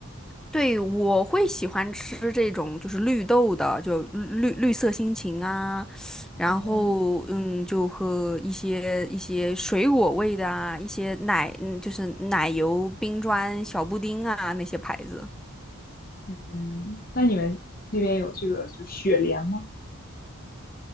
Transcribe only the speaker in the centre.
对，我会喜欢吃这种就是绿豆的，就绿绿色心情啊，然后嗯，
就和一些一些水果味的啊，一些奶，嗯，就是奶油冰砖小布丁啊那些牌子